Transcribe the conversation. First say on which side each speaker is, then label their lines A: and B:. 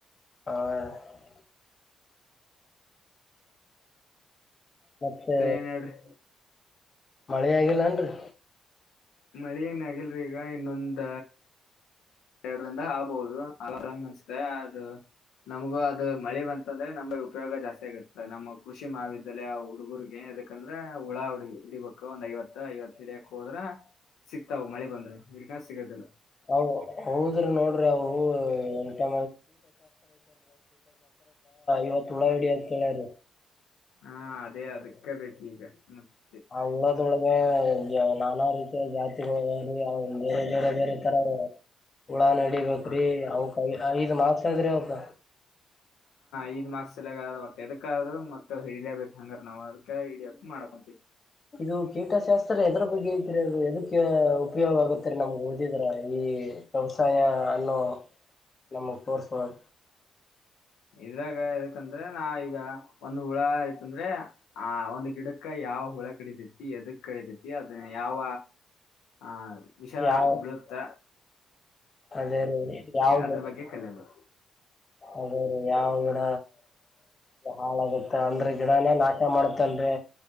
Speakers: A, on the left; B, on the left.
A: ಹ್ಮ ಮತ್ತೆ
B: ಏನ್ ಹೇಳ್ರಿ
A: ಮಳಿ ಆಗಿಲ್ಲ ಏನ್ರಿ
B: ಮಳಿ ಏನ್ ಆಗಲ್ರಿ ಈಗ ಇನ್ನೊಂದ ಎರಡ್ ದಿಂದಾಗ ಆಗ್ಬೋದು ಅಗರ್ ಹಂಗ್ ಅನ್ಸತೆ ಅದ ನಮಗೂ ಅದ ಮಳಿ ಬಂತಂದ್ರೆ ನಮ್ಗ ಉಪಯೋಗ ಜಾಸ್ತಿ ಆಗತ್ತ ನಮ್ಮ್ ಕೃಷಿ ಮಾವಿದ್ಯಾಲಯ ಹುಡುಗುರಗೆ ಎದಕಂದ್ರೆ ಹುಳ ಊಡುಗಿ ಹಿಡಿಬೇಕ್ ಒಂದ್ ಐವತ್ತ ಐವತ್ತ ಹಿಡ್ಯಾಕ್ ಹೋದ್ರ ಸಿಕ್ತಾವ ಮಳಿ ಬಂದ್ರೆ ಇಲಕ ಸಿಗದಿಲ್ಲ
A: ಅವು ಹೌದ್ರಿ ನೋಡ್ರಿ ಅವು ಎಂತಾ ಇವತ್ ಹುಳ ಹಿಡಿ ಅಂತ ಹೇಳ್ಯಾರಿ
B: ಹಾ ಅದೇ ಅದ ಕ್ಕ ಬೇಕ್ ಈಗ ಮತ್ತ
A: ಆ ಉಳದ ಒಳಗೆ ನಾನಾ ರೀತಿ ಜಾತಿಗಳು ಏ ಅವು ಬೇರೆ ಬೇರೆ ಬೇರೆ ತರ ಹುಳ ನಡಿಬೇಕ್ರಿ
B: ಹ
A: ಅವಕ ಐದ್ ಮಾರ್ಕ್ಸ್ ಆದರಿ ಅವಕ
B: ಐದ ಮಾರ್ಕಸಲ್ಯ ಗ ಒಟ್ಟ ಎದಕ್ಕ ಆದ್ರು ಮತ್ತ ಹಿಡಲೇಬೇಕ್ ಹಂಗಾರ ನಾವವು ಅದಕ್ ಹಿಡಿಯಕ ಮಾಡ್ಕೊಂತೀವಿ
A: ಇದು ಕೀಟಶಾಸ್ತ್ರ ಎದ್ರ ಬಗ್ಗೆ ಐತ್ ಅದು ಎದಕ್ಕೆ ಉಪಯೋಗ ಆಗುತ್ತರಿ ನಮ್ ಹ ಇದಿದ್ರ ಈ ವ್ಯವಸಾಯ ಅನ್ನೋ ನಮ ಕೋರ್ಸ್ ಓಳಗ
B: ಇದ್ರಾಗ ಎದಕಂದ್ರ ನಾ ಈಗ ಒಂದ್ ಹುಳ ಇತಂದ್ರೆ ಆ ಒಂದ್ ಗಿಡಕ ಯಾವ ಹುಳ ಕಡಿತೈತಿ ಯಾದಕ ಕಡಿದೈತಿ ಅದನ ಯಾವ ಹ ವಿಷಾರ
A: ಯಾವ
B: ಬಿಳತ
A: ಅದೇ ರೀ ಯಾವ್ದ
B: ಅದ್ರ ಬಗ್ಗೆ ಕಲಿಯೋದು
A: ಅದೇ ಯಾವಾಗ ಹಾಳಾಗುತ್ತೆ ಅಂದ್ರೆ ಗಿಡನಾಕ ಇಷ್ಟ ಮಾಡ್ತನ್್ರೆ